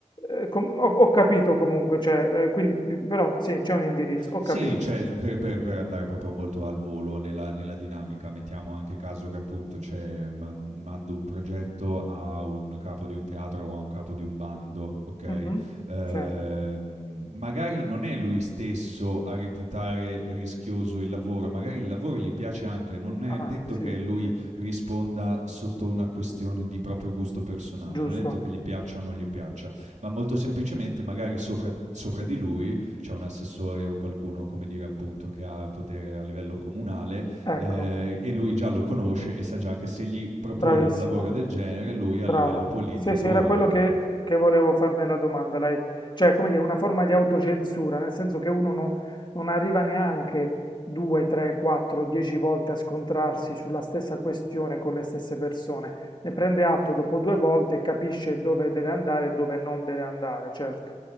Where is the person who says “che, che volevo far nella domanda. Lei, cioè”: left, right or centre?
Left